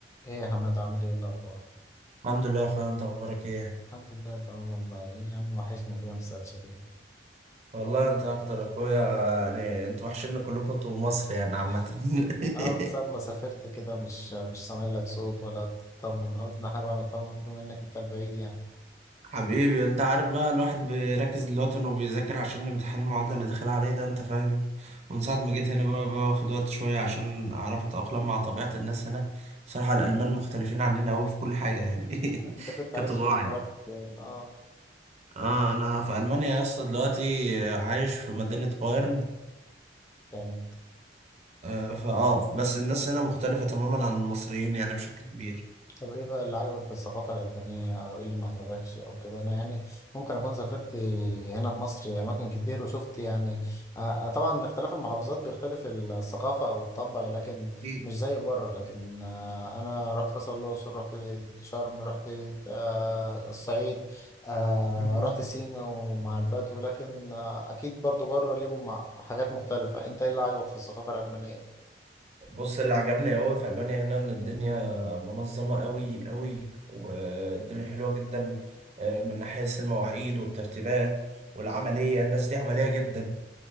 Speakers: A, on the left; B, on the right.
A: ايه يا حماد عامل ايه الاخبار
B: الحمد لله يا اخويا انت اخبارك ايه
A: الحمد لله تمام والله ايه يا عم وحشنا كده مسألش ليه
B: والله انت اكتر يا اخويا يعني انتوا وحشين كلكم انتوا ومصر يعني عامة
A: <laughs>
B: <laughs>
A: اه من ساعة ما سافرت كده مش مش سامع لك صوت ولا تطمن قلت احنا بقى نطمن بما انك انت البعيد يعني
B: حبيبي انت عارف بقى الواحد بيركز دلوقتي انه بيذاكر عشان امتحان المعادلة اللي داخل عليه ده انت فاهم ومن ساعة
A: آه.
B: ما جيت هنا بقى باخد وقت شوية عشان اعرف اتأقلم مع طبيعة الناس هنا بصراحة الالمان مختلفين عننا قوي في كل حاجة يعني <laughs>
A: <laughs> انت كنت
B: كطباع
A: عايش فين ورحت
B: يعني
A: فين اه
B: اه انا في المانيا يا اسطى دلوقتي عايش في مدينة بايرن
A: يعني
B: آه، فاه بس الناس هنا مختلفة تماما عن المصريين يعني بشكل كبير
A: طب ايه بقى اللي عجبك في الثقافة الألبانية أو ايه اللي ما عجبكش أو كده أنا يعني ممكن أكون سافرت هنا في مصر أماكن كتير وشفت يعني آه، آه، طبعا اختلاف المحافظات بيختلف الثقافة أو الطبع لكن
B: أكيد
A: مش زي بره لكن آه، أنا رحت مثلا الأقصر رحت شرم رحت آه، الصعيد آه،
B: مم.
A: رحت سينا ومع البدو لكن آه، أكيد برضو بره ليهم مع- حاجات مختلفة أنت ايه اللي عجبك في الثقافة الألبانية دي؟
B: بص اللي عجبني قوي في ألمانيا هنا إن الدنيا منظمة قوي قوي والدنيا حلوة جدا آه، من ناحية المواعيد والترتيبات والعملية الناس دي عملية جدا